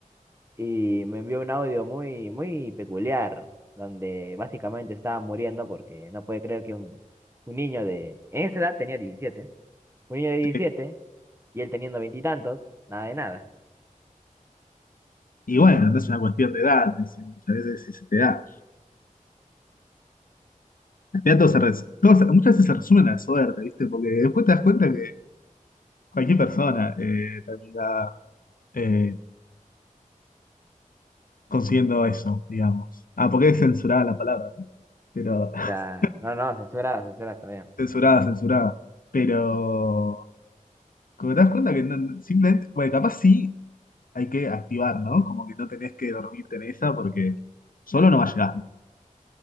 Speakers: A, on the right; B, on the left.
A: y me envió un audio muy, muy peculiar, donde básicamente estaba muriendo porque no puede creer que un, un niño de... En esa edad tenía diecisiete un niño de diecisiete
B: sí.
A: y él teniendo veintitantos, nada de nada.
B: Y bueno, no es una cuestión de edad, es- muchas veces es- se te da. Ya todo se res- todo se- muchas veces se resume en la suerte, ¿viste? Porque después te das cuenta que cualquier persona eh, termina eh, consiguiendo eso, digamos. Ah, porque es censurada la palabra, ¿no? Pero, <laughs>
A: O sea, no, no, censurada, censurada está bien.
B: censurada, censurada. Pero, como te das cuenta que no- no, simplemente, bueno, capaz sí hay que activar, ¿no? Como que no tenés que dormirte en esa porque solo no va a llegar.